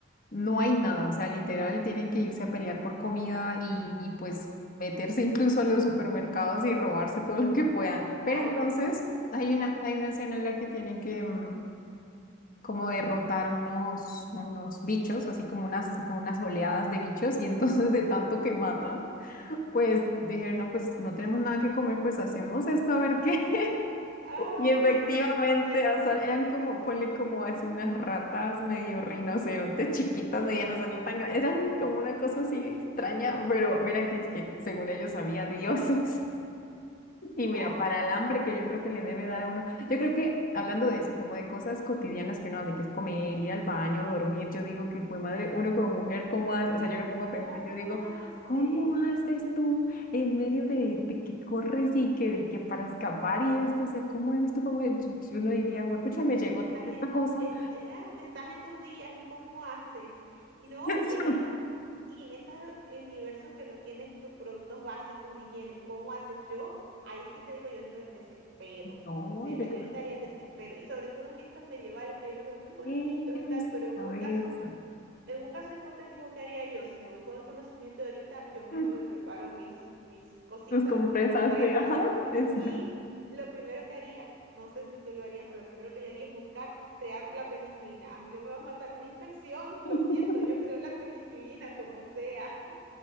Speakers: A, on the left; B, on the right.
A: no hay nada, o sea, literal tienen que irse a pelear por comida y, y pues meterse incluso a los supermercados y robarse todo lo que puedan.
B: Ay,
A: Pero entonces
B: Dios.
A: hay una, hay una escena en la que tienen que mm, como derrotar unos, unos bichos, así como unas, como unas oleadas de bichos, y entonces de tanto que matan, pues dijeron, no, pues no tenemos nada que comer, pues hacemos esto a ver qué.
B: Ay,
A: Y efectivamente,
B: hicieron también.
A: o sea, eran como, ponle como así unas ratas medio rinocerontes chiquitas, medianas, o sea, no tan grandes, eran como una cosa así extraña, pero mira que es que según ellos había dioses. Y mira,
B: Ah,
A: para el hambre que yo creo que le debe dar a uno, yo creo que hablando de eso, como de cosas cotidianas que uno hace, que es comer, ir al baño, dormir, yo digo que, pues madre, uno como mujer, ¿cómo hace? O sea, yo me pongo a
B: ¿cómo
A: pensar, yo digo,
B: haces?
A: ¿cómo haces tú en medio de, de que corres y que, de que para escapar y esto? O sea, ¿cómo haces tú como mujer? Yo- yo- Uno diría, pucha, me llegó
B: estás
A: esta
B: en,
A: cosa.
B: eh, eh, ah, estás en tus días y cómo haces. Y no,
A: <laughs> Eso.
B: y en esas, y en esos universos que no tienes tus productos básicos de higiene, ¿cómo haces yo? Ahí sí te digo, yo entro en desespero.
A: No,
B: De verdad,
A: yo creo
B: yo entraría en desespero. Y sobre todo en estos medievales que yo los veo muy bonitos
A: que
B: y tal,
A: eso,
B: pero en un
A: eso.
B: caso en un caso hipotético, ¿qué haría yo? Si me voy con el conocimiento de ahorita, yo misma
A: Mm,
B: me preparo mis, mis cositas,
A: Tus compresas,
B: mis compresas.
A: sí, ajá, exacto.
B: Y lo primero que haría, no sé si tú lo harías, pero lo primero que yo haría es buscar crear la penicilina. A mí no me va a matar una infección,
A: <laughs>
B: <laughs> lo siento, yo creo la penicilina como sea,